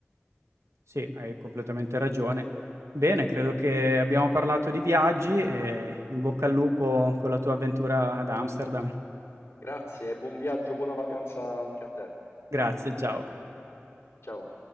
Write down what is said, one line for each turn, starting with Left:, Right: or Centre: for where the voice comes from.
Right: Sì, hai completamente ragione. Bene, credo che abbiamo parlato di viaggi e in bocca al lupo con la tua avventura ad Amsterdam.
Left: Grazie, buon viaggio, buona vacanza anche a te.
Right: <laughs> Grazie, ciao.
Left: Ciao.